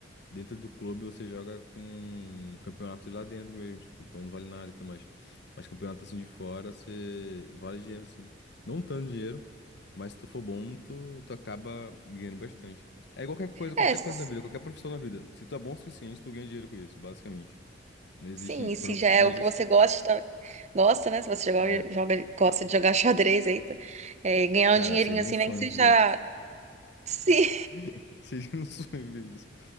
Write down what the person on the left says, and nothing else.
Dentro do clube você joga com campeonatos lá dentro mesmo, tipo, então não vale nada e tudo mais. Mas campeonato assim de fora, você vale dinheiro sim. Não tanto dinheiro, mas se tu for bom, tu, tu acaba ganhando bastante. É igual qualquer coisa, qualquer
coisa na vida, qualquer profissão na vida. Se tu é bom o suficiente, tu ganha dinheiro com isso, basicamente. Não existe,
prof-
não existe,
é,
cara,
seria
um sonho
ver
<laughs> Seria um sonho ver isso.